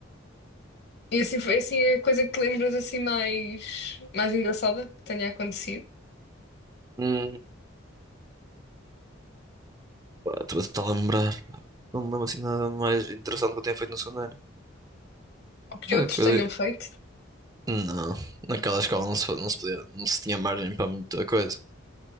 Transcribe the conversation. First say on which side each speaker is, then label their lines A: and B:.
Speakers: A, on the left; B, on the right.
A: E assim foi assim é a coisa que te lembras assim mais, mais engraçada que tenha acontecido,
B: Hum. Pá, Estou a tentar lembrar. Não me lembro assim nada mais interessante que eu tenha feito no secundário.
A: ou que
B: É
A: outros
B: o que
A: tenham
B: eu digo.
A: feito.
B: Não, naquela escola não se, fa- não se podia, não se tinha margem para muita coisa.